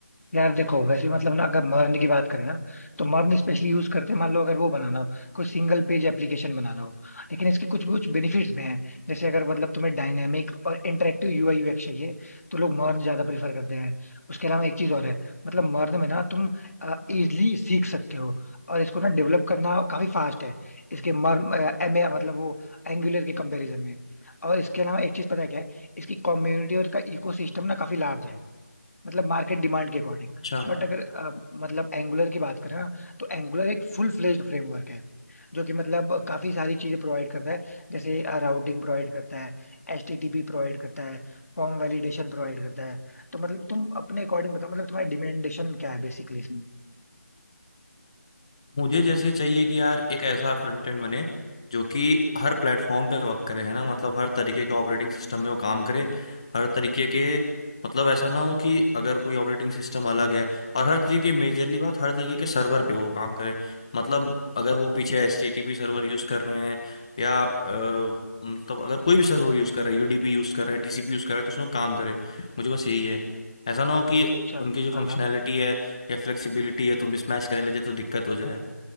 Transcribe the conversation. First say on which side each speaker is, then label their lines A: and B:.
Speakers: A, on the left; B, on the left.
A: यार देखो वैसे मतलब ना अगर मर्न की बात करें ना तो मर्न स्पेशली यूज करते हैं मान लो अगर वो बनाना हो कोई सिंगल पेज एप्लीकेशन बनाना हो लेकिन इसके कुछ कुछ बेनिफिट्स भी हैं जैसे अगर मतलब तुम्हें डायनेमिक और इंटरेक्टिव यूआई यूएक्स चाहिए तो लोग मर्न ज्यादा प्रीफर करते हैं उसके अलावा एक चीज और है मतलब मर्न में ना तुम इजिली सीख सकते हो और इसको ना डेवलप करना काफी फास्ट है इसके मर्न एम ए मतलब वो एंगुलर के कंपैरिजन में और इसके अलावा एक चीज पता है क्या है इसकी कम्युनिटी और इसका इकोसिस्टम ना काफी लार्ज है मतलब मार्केट डिमांड के अकॉर्डिंग
B: अच्छा
A: बट अगर अ, मतलब एंगुलर की बात करें ना तो एंगुलर एक फुल फ्लेज्ड फ्रेमवर्क है जो कि मतलब काफी सारी चीजें प्रोवाइड करता है जैसे राउटिंग प्रोवाइड करता है एचटीटीपी प्रोवाइड करता है फॉर्म वैलिडेशन प्रोवाइड करता है तो मतलब तुम अपने अकॉर्डिंग बताओ मतलब तुम्हारी डिमांडेशन क्या है बेसिकली इसमें
B: मुझे जैसे चाहिए कि यार एक ऐसा फ्रंट एंड बने जो कि हर प्लेटफॉर्म पे वर्क करे है ना मतलब हर तरीके के ऑपरेटिंग सिस्टम में वो काम करे हर तरीके के मतलब ऐसा ना हो कि अगर कोई ऑपरेटिंग सिस्टम अलग है और हर तरीके मेजरली बात हर तरीके के सर्वर पे वो काम करे मतलब अगर वो पीछे H T T P server use कर रहे हैं या अ, मतलब अगर कोई भी सर्वर यूज कर रहा है यूडीपी यूज कर रहा है टीसीपी यूज कर रहा है तो उसमें वो काम करे मुझे बस यही है ऐसा ना हो कि
A: अच्छा
B: उनकी जो फंक्शनैलिटी
A: हाँ हाँ
B: है या फ्लेक्सिबिलिटी है तो मिसमैच करने लग जाए तो दिक्कत हो जाए